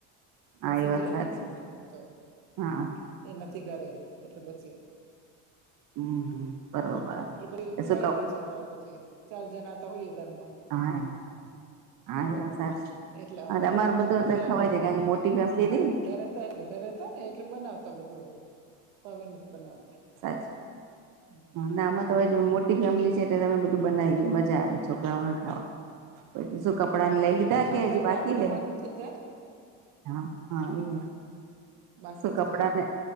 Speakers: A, on the right; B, on the right.
A: હા
B: મશીન
A: એ વાત
B: જોએ ને
A: સાચી
B: એના સંચો
A: હા
B: એ નથી ઘરે એટલે પછી
A: હમ્મ હમ્મ બરોબર.
B: એટલે પછી
A: એ
B: ખાઇ
A: શું કવ
B: નઈ છોકરાઓ પછી ચાર જણાતા હોઈએ ઘર માં.
A: હા એમ હા એ વાત સાચી.
B: એટલા
A: હા
B: માટે
A: આમાંરે બધું તો
B: પે
A: ખવાઈ
B: ભેગા
A: જાય કારણ કે મો મોટી ફૅમિલી રીન.
B: <unintelligible> એટલે બનાવતા બધું. હવે નથ બનાવતા.
A: સાચી
B: હમ અ
A: ના આમાં તો મોટી ફેમિલી છે એટલે અમને બધું બનાવીયે મજા આવે છોકરાઓને ખાવા. પછી શું કપડાને
B: હા એ
A: લઈ
B: તો
A: લીધા
B: બધા ખાતા
A: કે હજી
B: હોય
A: બાકી
B: તો આપડે
A: લે
B: મન થઈ જાય ને
A: હા હા ઈહે
B: બાકી
A: શું કપડા
B: ચટવાની.
A: ને